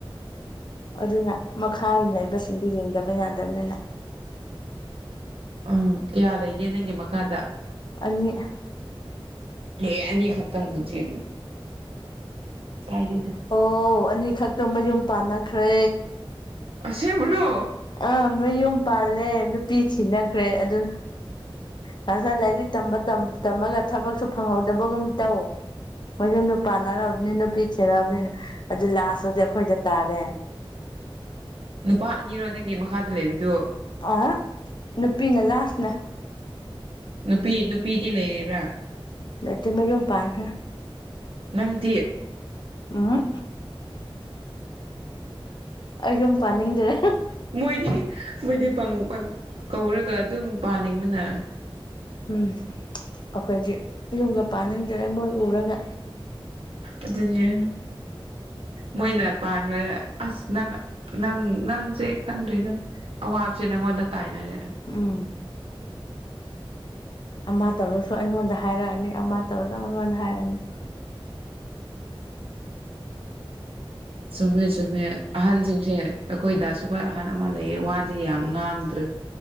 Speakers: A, on the left (about 50°); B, on the right (about 75°).
A: ꯑꯗꯨꯅ ꯃꯈꯥ ꯂꯩꯕꯁꯤꯡꯗꯨ ꯌꯦꯡꯗꯕ ꯌꯥꯗꯕꯅꯤꯅ
B: ꯎꯝ ꯀꯌꯥ ꯂꯩꯒꯦ ꯅꯪꯒꯤ ꯃꯈꯥꯗ
A: ꯑꯅꯤ
B: ꯑꯦ ꯑꯅꯤꯈꯛꯇꯪꯕꯨꯖꯤ ꯀꯥꯏꯗꯦꯗ
A: ꯑꯣ ꯑꯅꯤꯈꯛꯇꯣ ꯃꯌꯨꯝ ꯄꯥꯟꯅꯈ꯭ꯔꯦ
B: ꯑꯁꯦꯡꯕꯔꯣ
A: ꯑꯥ ꯃꯌꯨꯝ ꯄꯥꯜꯂꯦ ꯅꯨꯄꯤ ꯊꯤꯅꯈ꯭ꯔꯦ ꯑꯗꯨ ꯐꯖ ꯂꯥꯏꯔꯤꯛ ꯇꯝꯃ ꯇꯝ ꯇꯝꯃꯒ ꯊꯕꯛꯁꯨ ꯐꯪꯍꯧꯗꯕꯒꯨꯝ ꯇꯧ ꯃꯌꯨꯝꯗꯣ ꯄꯥꯥꯟꯅꯔꯅꯤ ꯅꯨꯄꯤ ꯊꯤꯔꯕꯅꯤꯅ ꯑꯗꯨ ꯂꯥꯁꯇꯗꯤ ꯑꯈꯣꯏꯗ ꯇꯥꯔꯦ
B: ꯅꯨꯄꯥ ꯑꯅꯤꯔꯣ ꯅꯪꯒꯤ ꯃꯈꯥꯗ ꯂꯩꯕꯗꯨ
A: ꯑꯍ ꯅꯨꯄꯤꯅ ꯂꯥꯁꯅꯦ
B: ꯅꯨꯄꯤ ꯅꯨꯄꯤꯗꯤ ꯂꯩꯔꯤꯕ꯭ꯔꯥ
A: ꯂꯩꯇꯦ ꯃꯌꯨꯝ ꯄꯥꯟꯈ꯭ꯔꯦ
B: ꯅꯪꯗꯤ
A: ꯎꯝ ꯑꯩ ꯌꯨꯝ ꯄꯥꯅꯤꯡꯗ꯭ꯔꯦ
B: ꯃꯣꯏꯗꯤ ꯃꯣꯏꯗꯤ ꯄꯪ ꯄꯪ ꯀꯧꯔꯒ ꯑꯗꯨꯝ ꯄꯥꯅꯤꯡꯕꯅ
A: ꯎꯝ ꯑꯈꯣꯏꯗꯤ ꯌꯨꯝꯒ ꯄꯥꯟꯅꯤꯡꯗꯔꯦ ꯃꯣꯏ ꯎꯔꯒ
B: ꯑꯗꯨꯅꯤ ꯃꯣꯏꯅ ꯄꯥꯟꯈ꯭ꯔꯦ ꯑꯁ ꯅꯪ ꯅꯪ ꯅꯪꯁꯦ ꯈꯪꯗ꯭ꯔꯦꯗ ꯑꯋꯥꯕꯕꯁꯦ ꯅꯪꯉꯣꯟꯗ ꯇꯥꯏꯅꯔꯦ
A: ꯎꯝ ꯑꯃ ꯇꯧꯔꯁꯨ ꯑꯩꯉꯣꯟꯗ ꯍꯥꯏꯔꯛꯑꯅꯤ ꯑꯃ ꯇꯧꯔꯁꯨ ꯑꯩꯉꯣꯟꯗ ꯍꯥꯏꯔꯛꯑꯅꯤ <inaudible>
B: ꯆꯨꯝꯃꯦ ꯆꯨꯝꯃꯦ ꯑꯍꯟꯁꯤꯡꯁꯦ ꯑꯩꯈꯣꯏꯗꯁꯨꯈꯣꯏ ꯑꯍꯟ ꯑꯃ ꯂꯩꯌꯦ ꯋꯥꯗꯤ ꯌꯥꯝ ꯉꯥꯡꯗ꯭ꯔꯦ